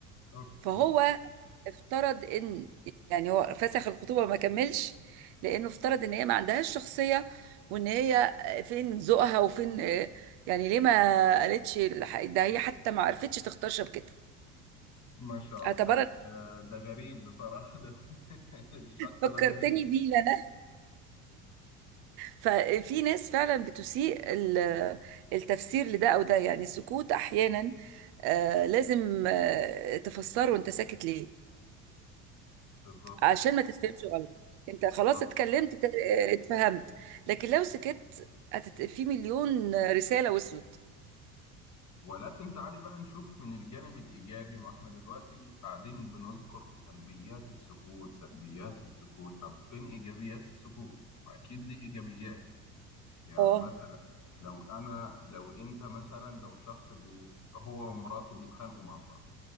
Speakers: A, on the left (about 40°); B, on the right (about 60°).
A: أوكي
B: فهو افترض ان يعني هو فسخ الخطوبة ما كملش لانه افترض ان هي ما عندهاش شخصية وان هي فين ذوقها وفين آه، يعني ليه ما قالتش الح- ده هي حتى ما عرفتش تختار شبكتها
A: ما شاء
B: اعتبرت
A: الله ده, ده, ده غريب بصراحة ده <laughs> الشخص
B: فكرتني
A: ده غريب
B: بيه انا ففي ناس فعلا بتسيء ال- التفسير لده او ده يعني السكوت احيانا آه لازم آه تفسره انت ساكت ليه
A: بالظبط
B: عشان ما تتفهمش غلط انت خلاص
A: بالظبط.
B: اتكلمت ت- اه، اتفهمت لكن لو سكت هتت... في مليون رسالة وصلت
A: ولكن تعالي بقى نشوف من الجانب الإيجابي ما احنا دلوقتي قاعدين بنذكر في سلبيات السكوت سلبيات السكوت طب فين إيجابيات السكوت؟ ما أكيد ليه إيجابيات يعني
B: اه
A: مثلا لو أنا لو أنت مثلا لو شخص بي هو ومراته بيتخانقوا مع بعض